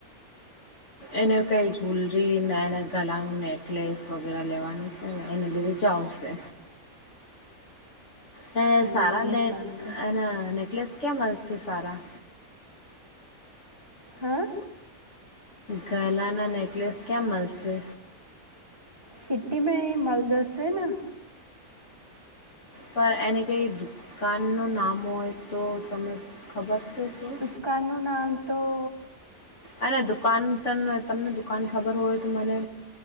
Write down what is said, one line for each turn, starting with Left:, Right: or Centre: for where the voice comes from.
Left: એને કઈ જ્ જુલરી નાયા, ના ગલાનું નેકલેસ વગેરે લેવાનું છેને, એને લીધે આવશે
Right: હ <inaudible>
Left: હ સારા
Right: નેકલેસ લેવાનું કે
Left: એના નેકલેસ કયા મળશે સારા
Right: હા
Left: ગલાના નેકલેસ ક્યાં મળશે?
Right: સિટી મે મલ દસે ના
Left: પણ એને કઈ દુકાન નું નામ હોય તો તને ખબર છે શું
Right: દુકાાનનું નામ તો! !
Left: અને દુકાન ત તમને દુકાન ખબર હોય તો મને